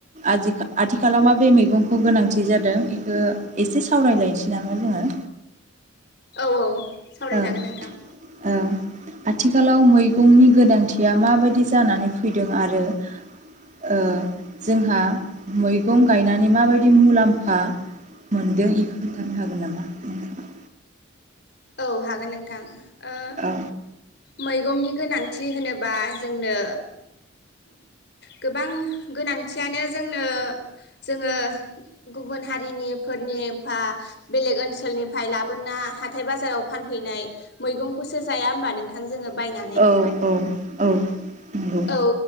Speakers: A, on the right (about 35°); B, on the left (about 55°).
A: आथाखा आथिखालाव माब्रै मैगंखौ गोनांथि जादों बेखौ एसे सावरायलायनोसै नामा जोङो
B: औ सावरायजागोन
A: ओं
B: नोंथां
A: ओं आथिखालाव मैगंनि गोनांथिया माबायदि जानानै फैदों आरो ओ जोंहा मैगं गायनानै माबायदि मुलाम्फा मोनदों एखौ खोन्थानो हागोन नामा नोंथां?
B: औ हागोन नोंथां। ओ
A: औ
B: मैगंनि गोनांथि होनोबा जोंनो गोबां गोनांथियानो जोंनो जोङो गुबुन हारिनिफोरनि फा बेलेग ओनसोलनिफ्राय लाबोना हा हाथाय बाजाराव फानफैनाय मैगंखौसो जाया होमबा नोंथां जोङो बायनानै
A: औ औ औ नंगौ
B: औ